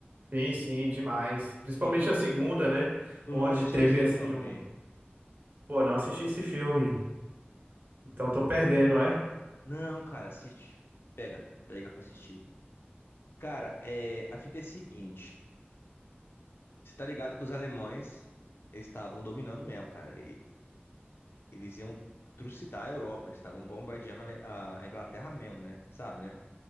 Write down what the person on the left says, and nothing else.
E tu não,
tu
não assistiu
esse
filme?
Não, cara, assiste. Pega, pega pra assistir. Cara, é, a fita é a seguinte. Você tá ligado que os alemães estavam dominando mesmo, cara. E- Eles iam trucidar a Europa. Eles estavam bombardeando a Ale- a Inglaterra mesmo, né? Sabe, né?